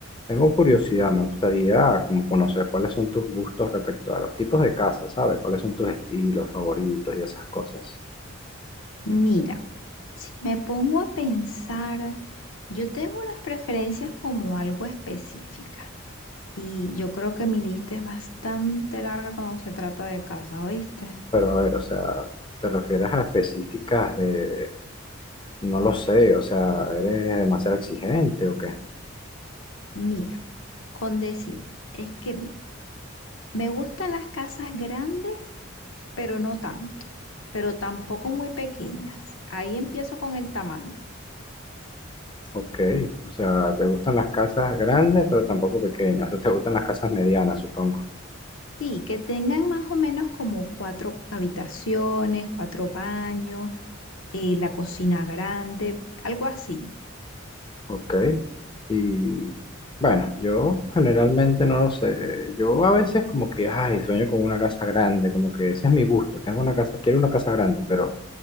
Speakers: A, on the left; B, on the left.
A: Tengo curiosidad, me gustaría como conocer cuáles son tus gustos respecto a los tipos de casa, ¿sabes? ¿Cuáles son tus estilos favoritos y esas cosas?
B: Mira, si me pongo a pensar, yo tengo unas preferencias como algo específicas y yo creo que mi lista es bastante larga cuando se trata de casas, ¿oíste?
A: Pero a ver, o sea, ¿te refieres a específicas de, no lo sé, o sea, eres demasiado exigente o qué?
B: Mira, con decirte, es que bien, me gustan las casas grandes, pero no tanto, pero tampoco muy pequeñas. Ahí empiezo con el tamaño.
A: Ok, o sea, ¿te gustan las casas grandes pero tampoco pequeñas? O sea, ¿te gustan las casas medianas, supongo?
B: Sí, que tengan más o menos como cuatro habitaciones, cuatro baños, eh, la cocina grande, algo así.
A: Ok. Y bueno, yo generalmente no lo sé. Yo a veces como que, ay, sueño con una casa grande, como que ese es mi gusto. Tengo una casa, quiero una casa grande, pero,